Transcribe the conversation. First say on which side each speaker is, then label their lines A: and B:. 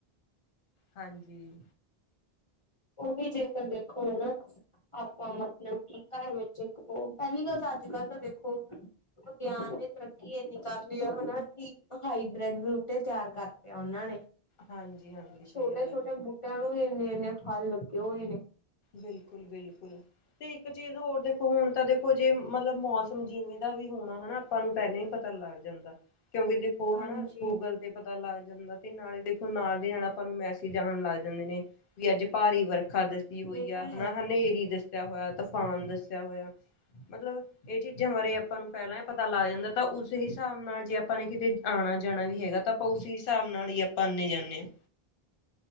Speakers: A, on the left (about 65°); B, on the left (about 35°).
A: ਹਾਂਜੀ।
B: ਉਹੀ ਜੇਕਰ ਦੇਖੋ ਨਾ, ਆਪਾਂ ਮਤਲਬ ਕੀ ਘਰ ਵਿੱਚ ਇੱਕ ਪੋ, ਪਹਿਲੀ ਗੱਲ ਤਾਂ ਅੱਜ-ਕੱਲ ਤਾਂ ਦੇਖੋ ਵਿਗਿਆਨ ਨੇ ਤਰੱਕੀ ਇੰਨੀ ਕਰ ਲਿਆ ਹੈਨਾ, ਕਿ ਹਾਈਬ੍ਰਿਡ ਬੂਟੇ ਤਿਆਰ ਕਰ ਪਿਆ ਉਹਨਾਂ ਨੇ।
A: ਹਾਂਜੀ-ਹਾਂਜੀ ਸਹੀ
B: ਛੋਟੇ-ਛੋਟੇ
A: ਗੱਲ ਐ।
B: ਬੂਟਿਆਂ ਨੂੰ ਵੀ ਏਨੇ-ਏਨੇ ਫਲ ਲੱਗੇ ਹੋਏ ਨੇ।
A: ਬਿਲਕੁਲ- ਬਿਲਕੁਲ, ਤੇ ਇੱਕ ਚੀਜ਼ ਹੋਰ ਦੇਖ ਹੁਣ ਤਾਂ ਦੇਖੋ ਜੇ, ਮਤਲਬ ਮੌਸਮ ਜਿਵੇਂ ਦਾ ਵੀ ਹੋਣਾ ਹਨਾ। ਆਪਾਂ ਨੂੰ ਪਹਿਲਾਂ ਹੀ ਪਤਾ ਲੱਗ ਜਾਂਦਾ ਐ। ਕਿਉਂਕਿ ਦੇਖੋ
B: ਹਾਂਜੀ।
A: ਹੈਣਾ, ਗੂਗਲ ਤੇ ਪਤਾ ਲੱਗ ਜਾਂਦਾ, ਤੇ ਨਾਲੇ ਦੇਖੋ ਨਾਲ ਦੀ ਨਾਲ ਆਪਾਂ ਨੂੰ ਮੈਸੇਜ ਆਣ ਲੱਗ ਜਾਂਦੇ ਨੇ। ਵੀ ਅੱਜ ਭਾਰੀ ਵਰਖਾ ਦੱਸੀ ਹੋਈ
B: ਇਹ
A: ਆ,
B: ਤਾਂ
A: ਹੈ ਣਾ ਹਨੇਰੀ ਦੱ ਦੱਸਿਆ ਹੋਇਆ, ਤੂਫਾਨ ਦੱਸਿਆ ਹੋਇਆ, ਮਤਲਬ ਇਹ ਚੀਜ਼ਾਂ ਬਾਰੇ ਆਪਾਂ ਨੂੰ ਪਹਿਲਾਂ ਪਤਾ ਲੱਗ ਜਾਂਦਾ, ਤਾਂ ਉਸ ਹਿਸਾਬ ਨਾਲ ਜੇ ਆਪਾਂ ਨੇ ਕਿਤੇ ਆਂਣਾ ਜਾਣਾ ਵੀ ਹੈਗਾ, ਤਾਂ ਆਪਾਂ ਉਸ ਹਿਸਾਬ ਨਾਲ ਈ ਆਪ ਪਾਨੇ ਜਾਂਨੇ ਆਂ।
B: <unintelligible>